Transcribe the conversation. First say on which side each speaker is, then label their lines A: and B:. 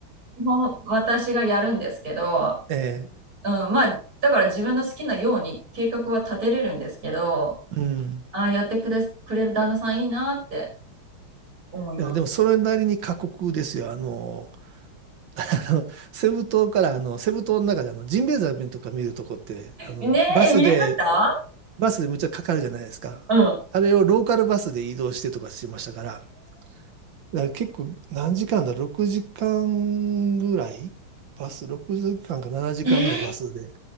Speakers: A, on the right (about 40°); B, on the right (about 60°).
A: 基本私がやるんですけど、
B: え
A: うん、まあ、だから自分の好きなように計画は立てれるんですけど、
B: え、うん。
A: ああ、やってくれ、くれる旦那さんいいなって思います。
B: いや、でもそれなりに過酷ですよ。あの、<laughs> あのセブ島から、あの、セブ島の中であのジンベエザメとか見るとこって、あの、
A: ねえ、
B: バスで、
A: え見れました
B: バスでむっちゃかかるじゃないですか。
A: うん。
B: あれをローカルバスで移動してとかしましたから、だから結構何時間だ、6時間ぐらいバス、6時間か7時間ぐらいバスで
A: えー